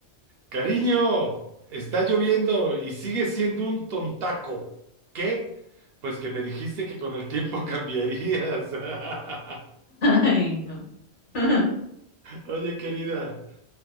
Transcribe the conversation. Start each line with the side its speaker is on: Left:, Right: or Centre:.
Right: Cariño, está lloviendo y sigue siendo un tontaco. ¿Qué? Pues que me dijiste que con el tiempo cambiarías. <laughs>
Left: Ay, no. <laughs>
Right: Oye, querida,